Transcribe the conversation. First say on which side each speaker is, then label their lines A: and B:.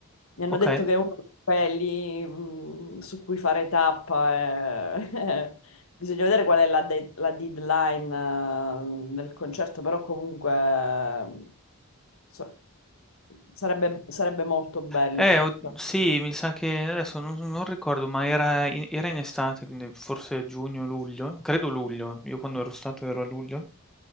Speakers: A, on the left (about 70°); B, in the centre.
A: Mi hanno
B: Ok?
A: detto che è uno di quelli mh, su cui fare tappa. eh. <laughs> Bisogna vedere qual è la, de- la deadline eh, del concerto, però comunque eh, so- sarebbe, sarebbe molto bello
B: Eh,
A: poterci.
B: o- sì, mi sa che adesso non, non ricordo, ma era in, era in estate, quindi forse giugno, luglio, credo luglio, io quando ero stato ero a luglio,